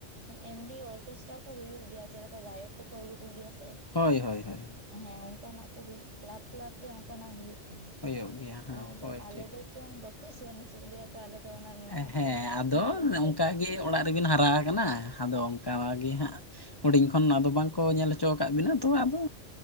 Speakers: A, on the right; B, on the left.
A: ᱮᱢᱱᱤ ᱚᱨᱠᱮᱥᱴᱨᱟ ᱠᱚ ᱦᱩᱭᱩᱜ ᱜᱮᱭᱟ ᱾ᱪᱮᱜᱼᱼ ᱜᱟᱭᱚᱠ ᱠᱚᱠᱚ ᱟᱹᱜᱩ ᱠᱚᱜᱮᱭᱟ ᱥᱮ ᱾
B: ᱦᱳᱭ ᱦᱳᱭ ᱦᱳᱭᱼᱼ
A: ᱦᱮᱸ ᱚᱱᱠᱟᱱᱟᱜ ᱠᱚ ᱦᱩᱭᱩᱜ ᱠᱞᱟᱵ ᱠᱞᱟᱵ ᱨᱮ ᱚᱱᱠᱟᱱᱟᱜ ᱦᱩᱭᱩᱜ ᱠᱟᱱᱟ
B: ᱦᱩᱭᱩᱜ ᱜᱮᱭᱟ
A: ᱾
B: ᱦᱮᱸ
A: ᱟᱨ
B: ᱦᱳᱭ
A: ᱟᱞᱮ
B: ᱴᱷᱤᱠ
A: ᱫᱚᱼᱼ ᱪᱚᱝ ᱵᱟᱠᱚ ᱥᱮᱱ ᱦᱚᱪᱚ ᱜᱮᱭᱟ ᱛᱚ, ᱟᱞᱮ ᱫᱚ ᱚᱱᱟ ᱨᱮᱱᱟᱜ
B: ᱦᱮᱸ
A: ᱛᱚ
B: ᱟᱫᱚ
A: ᱱᱚᱞᱮᱡ ᱵᱟᱹᱱᱩᱜᱼᱟ
B: ᱚᱱᱠᱟᱜᱮ
A: ᱾
B: ᱚᱲᱟᱜ ᱨᱮᱵᱤᱱ ᱦᱟᱨᱟ ᱠᱟᱱᱟ ᱾ᱟᱫᱚ ᱚᱱᱠᱟ ᱜᱮ ᱦᱟᱸᱜᱼᱼ ᱦᱩᱰᱤᱧ ᱠᱷᱚᱱ ᱟᱫᱚ ᱵᱟᱝᱠᱚ ᱧᱮᱞ ᱦᱚᱪᱚ ᱟᱠᱟᱫ ᱵᱤᱱᱟ ᱾ᱛᱚ ᱟᱫᱚᱼᱼ